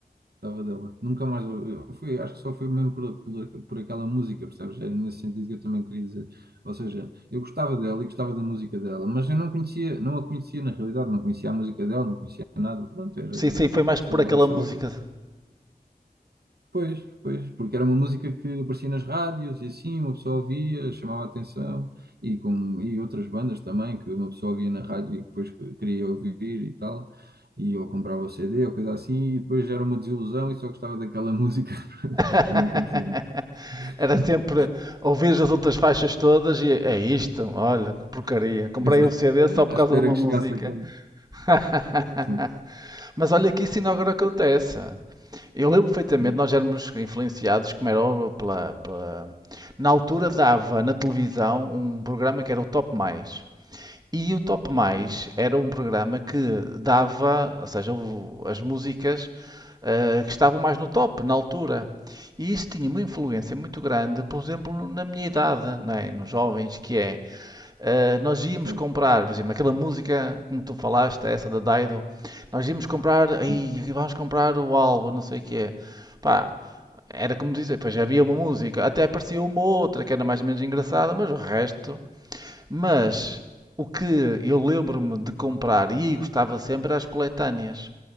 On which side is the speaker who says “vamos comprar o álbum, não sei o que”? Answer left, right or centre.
Right